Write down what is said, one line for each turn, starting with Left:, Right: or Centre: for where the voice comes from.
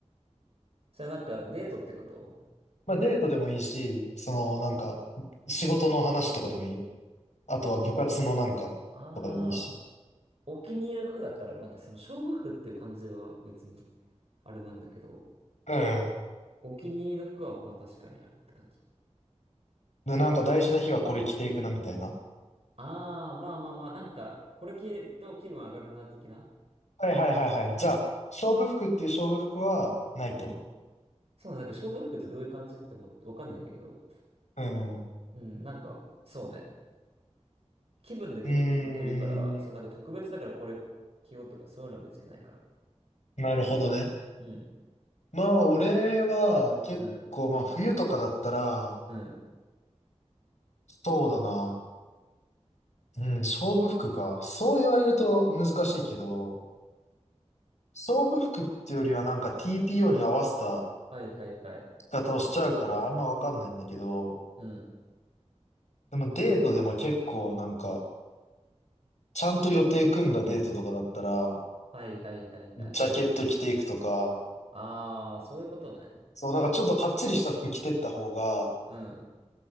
Right: それなんか、デートってこと
Left: まあデートでもいいし、そのなんか仕事の話とかでもいいよ。あとは部活のなんかとかでもいいし。
Right: ああー、お気に入りの服だったら、なんかその、勝負服っていう感じは別に、あれなんだけど、
Left: うん。
Right: お気に入りの服は、まあ、確かにあるって感じ。
Left: で、なんか大事な日はこれ着ていくなみたいな。
Right: ああ、まあまあまあ、なんか、これ着ると気分上がるな、的な。
Left: はいはいはいはい。じゃあ、勝負服っていう勝負服はないと。
Right: うんそうね、なんか勝負服ってどういう感じって思って、わかんないんだけど。
Left: うん。う
Right: うん、なんか、そうね。気分で結構服着るから、
Left: ーん。
Right: そう、なんか特別だからこれ着ようとかそういうのは別にないから。
Left: なるほどね。
Right: うん、
Left: まあ俺は結構まあ冬とかだったら、
Right: うん、うん。
Left: そうだな。うん、勝負服か。そう言われると難しいけど、勝負服っていうよりはなんか TPO に合わせた
Right: はいはいはい。
Left: 方をしちゃうからあんまわかんないんだけど、
Right: うん。
Left: でもデートでも結構なんか、ちゃんと予定組んだデートとかだったら、
Right: はいはいはいはい。
Left: ジャケット着ていくとか、
Right: ああ、そういうことね。
Left: そうなんかちょっとかっちりした服着てった方が、
Right: うん。